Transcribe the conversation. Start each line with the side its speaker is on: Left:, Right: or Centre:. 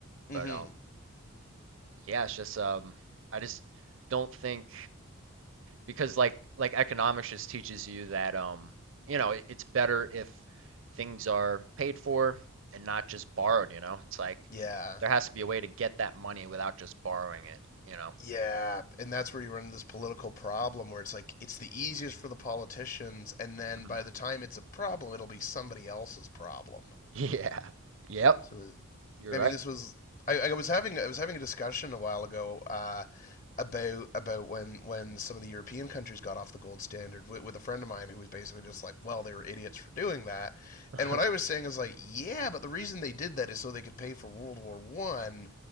Left: hmm
Right: But um, yeah, it's just, um, I just don't think. because like like economics just teaches you that um you know it, it's better if things are paid for and not just borrowed you know it's like
Left: Yeah.
Right: there has to be a way to get that money without just borrowing it you know
Left: Yeah, and that's where you run into this political problem where it's like it's the easiest for the politicians and then
Right: hmm
Left: by the time it's a problem it'll be somebody else's problem.
Right: <laughs> yeah yep
Left: So
Right: you're
Left: I
Right: right
Left: mean this was I, I was having I was having a discussion a while ago uh, about about when when some of the European countries got off the gold standard with, with a friend of mine who was basically just like, well, they were idiots for doing that.
Right: <laughs>
Left: And what I was saying is like, yeah, but the reason they did that is so they could pay for World War One,